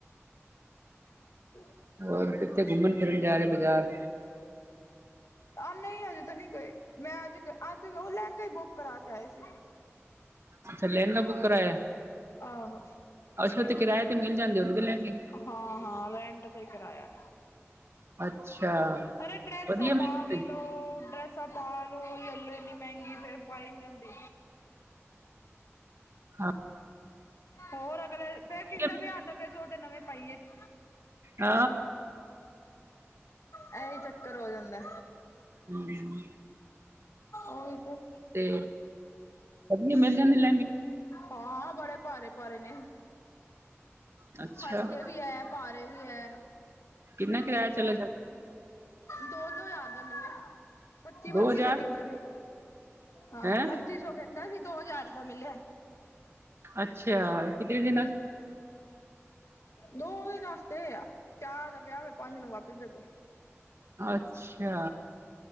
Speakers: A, on the left; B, on the right.
A: <inaudible>
B: ਹੋਰ ਕਿੱਥੇ ਘੁੰਮਨ ਫਿਰਨ ਜਾ ਰਹੇ ਬਾਜ਼ਾਰ
A: ਆ ਨਹੀਂ ਹਜੇ ਤੇ ਨਹੀਂ ਗਏ ਮੈਂ ਅੱਜ ਅੱਜ ਉਹ ਲਹਿੰਗਾ ਹੀ ਬੁੱਕ ਕਰਾ ਕੇ ਆਏ ਸੀ
B: ਅੱਛਾ ਲਹਿੰਗਾ ਬੁੱਕ ਕਰਾਇਆ
A: ਆਹੋ
B: ਅੱਛਾ ਤੇ ਕਿਰਾਏ ਤੇ ਮਿਲ ਜਾਂਦੇ ਹੋਣਗੇ ਲਹਿੰਗੇ
A: ਹਾਂ ਹਾਂ ਰੈਂਟ ਤੇ ਕਰਾਇਆ
B: ਅੱਛਾ
A: ਅਰੇ ਡ੍ਰੈਸਾਂ
B: ਵਧੀਆ ਮਿਲ
A: ਪਾ ਵੀ ਲਓ ਡ੍ਰੈਸ ਸਪਾ ਲਓ ਲੈ ਲਓ ਇਨੀ ਮਹਿੰਗੀ ਫੇਰ ਪਾਈ ਨੀ ਜਾਂਦੀ
B: ਹਾਂ
A: ਹੋਰ ਅਗਲੇ ਫਿਰ
B: ਵਧੀਆ
A: ਕਿਸੇ ਦਾ ਵਿਆਹ ਆਂਦਾ ਫਿਰ ਸੋਚਦੇ ਨਵੇਂ ਪਾਈਏ <inaudible>
B: ਹਾਂ
A: ਐਂਹੀ ਚੱਕਰ ਹੋ ਜਾਂਦਾ
B: ਹਮ
A: ਉਹੀ ਤੇ
B: ਤੇ ਵਧੀਆ ਮਿਲ ਜਾਂਦੇ ਲਹਿੰਗੇ
A: ਹਾਂ ਬੜੇ ਭਾਰੇ ਭਾਰੇ ਨੇ
B: ਤੇ ਅੱਛਾ
A: ਹਲਕੇ ਵੀ ਐ ਭਾਰੇ ਵੀ ਹੈ
B: ਕਿੰਨਾ ਕਿਰਾਇਆ ਚਲਾ ਜਾਂਦਾ
A: ਦੋ ਦੋ ਹਜ਼ਾਰ ਦਾ ਮਿਲਿਆ ਪੱਚੀ ਪੱਚੀ
B: ਦੋ ਹਜ਼ਾਰ
A: ਸੌ ਕਹਿੰਦਾ ਸੀ ਹਾਂ
B: ਹੈਂ
A: ਪੱਚੀ ਸੌ ਕਹਿੰਦਾ ਸੀ ਦੋ ਹਜ਼ਾਰ ਦਾ ਮਿਲਿਆ
B: ਅੱਛਾ ਕਿਤੇ ਦਿਨ
A: ਦੋ ਦਿਨ ਵਾਸਤੇ ਚਾਰ ਦਾ ਵਿਆਹ ਹੋਇ ਪੰਜ ਨੂੰ ਵਾਪਸ ਦੇ ਤੋਂ
B: ਅੱਛਾ